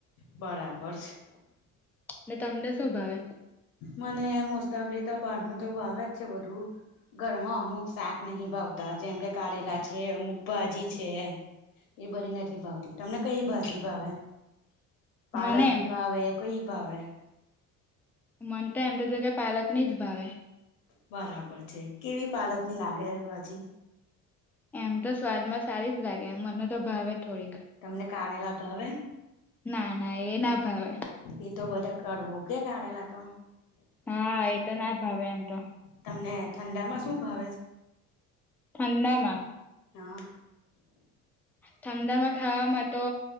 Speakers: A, on the left; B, in the centre.
A: બરાબર છે
B: ને તમને શું ભાવે
A: મને મોસ્ટ ઓફલી તો બહાર ન તો ભાવે જ છે બધું ઘરમાં અમુક શાક નહ ભાવતા જેમ કે કારેલા છે અમુક ભાજી છે એ બધી નથી ભાવતી તમને કઈ ભાજી ભાવે પાલક
B: મને
A: ની ભાવે કોઈ ભાવે
B: મનતો એમ તો જો કે પાલક ની જ ભાવે.
A: બરાબર છે કેવી પાલકની લાગે ભાજી?
B: એમ તો સ્વાદમાં સારી જ લાગે એમ મને તો ભાવે થોડીક.
A: તમને કારેલા ભાવે
B: ના ના એ ના ભાવે.
A: એ તો બધા કરવું કે કાઢેલા તો
B: હા એ તો ના ભાવે એમ તો.
A: તમને ઠંડા માં શું ભાવે છે.
B: ઠંડા માં
A: હા.
B: ઠંડા માં ખાવામાં તો